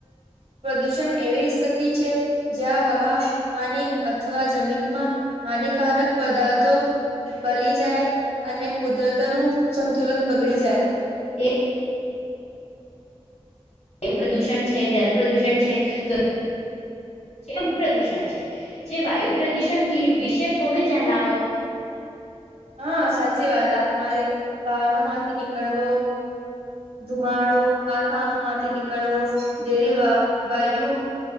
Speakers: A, on the right; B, on the left.
A: પ્રદુષણ એવીસ્થિતિ છે-' જ્યાં હવા, પાણી અથવા જમીનમાં હાનિકારક પદાર્થો ભલી જાય અને કુદરત નું સંતુલન બગડી જાય
B: એ વાયુ પ્રદુષણ છે જલ પ્રદુષણ છે તો એમ પ્રદુષણ છે જે વાયુ પ્રદુષણ વિશે થોડું જણાવો.
A: હા સાચી વાત આ તમારી વાહનો માંથી નીકળવો ધુમાડો કારખાનોમાંથી નીકળવો જે વા વાયુ